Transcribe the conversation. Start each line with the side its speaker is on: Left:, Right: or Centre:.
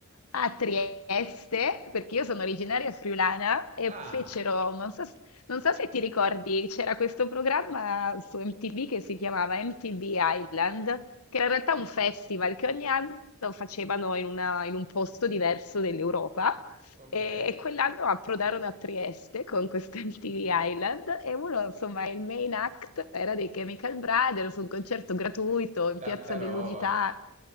Left: a Trieste, perché io sono originaria friulana, e
Right: Ah,
Left: fecero, non so, s- non so se ti ricordi, c'era questo programma su MTV che si chiamava MTV Island, che era in realtà un festival che ogni anno facevano in una- in un posto diverso dell'Europa.
Right: ok.
Left: E, e quell'anno approdarono a Trieste con questo <laughs> MTV Island e uno, insomma, il main act era dei Chemical Brothers, un concerto gratuito in
Right: Tanta
Left: Piazza
Right: roba.
Left: dell'Unità.